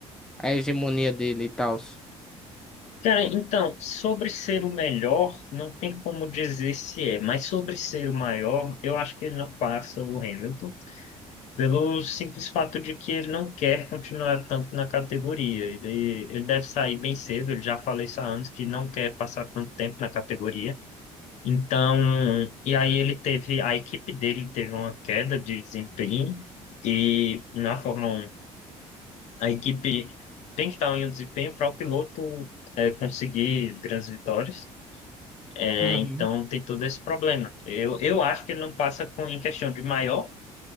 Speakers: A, in the centre; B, on the left.
A: a hegemonia dele e tal.
B: Cara, então, sobre ser o melhor, não tem como dizer se é, mas sobre ser o maior, eu acho que ele não passa o Hamilton, pelo simples fato de que ele não quer continuar tanto na categoria. Ele, ele deve sair bem cedo, ele já falou isso há anos, que não quer passar tanto tempo na categoria. Então, e aí ele teve, a equipe dele teve uma queda de desempenho, e na Fórmula 1, a equipe tem que estar em um desempenho para o piloto eh, conseguir grandes vitórias. É,
A: Uhum.
B: então tem todo esse problema. Eu, eu acho que ele não passa com, em questão de maior,